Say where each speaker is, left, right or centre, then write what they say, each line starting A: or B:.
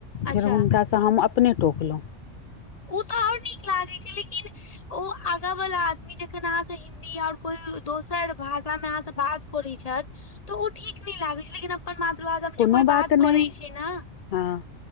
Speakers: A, on the left; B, on the left.
A: अच्छा
B: फेर हुनका सँ हम अपने टोकलो
A: ओ तऽ ओर नीक लागै छै लेकिन ओ आगा वाला आदमी जखन अहाँ से हिन्दी आऊर कोई दोसर भाषा में अहाँ से बात करै छैथ तऽ ओ ठीक नई लागै छै लेकिन अब अपन मातृभाषा मे
B: कोनो
A: जे कोइ बात करै
B: नहि
A: छै न
B: हँ